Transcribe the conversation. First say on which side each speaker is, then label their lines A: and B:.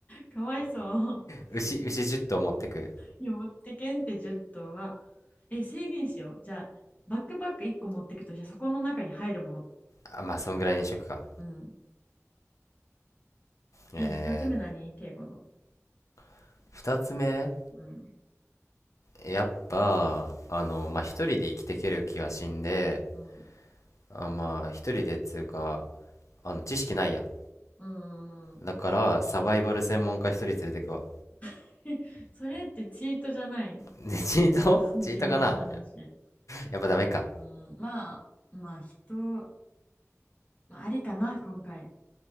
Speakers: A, on the left (about 30°); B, on the left (about 75°).
A: かわいそう。
B: 牛、牛10頭持ってく。
A: いや持ってけんって10頭は。え、制限しよう。じゃあ、バックパック1個持ってくとして、そこの中に入るもの。
B: あ、まあ、そんぐらいにしとくか。
A: うん。
B: え
A: え、2つ目何敬語の。
B: ー、二つ目、
A: うん
B: やっぱ、あの、まあ、一人で生きていける気がしんで、
A: うん
B: あ、まあ、一人でっつうか、あの、知識ないやん。
A: うんうん
B: だから、サバイバル専門家一人連れてくわ。
A: <laughs> それってチートじゃない
B: で、チートチートかな
A: <laughs> 紐の話。
B: やっぱダメか。
A: うんままあ、まあ、人、まあ、ありかな、今回。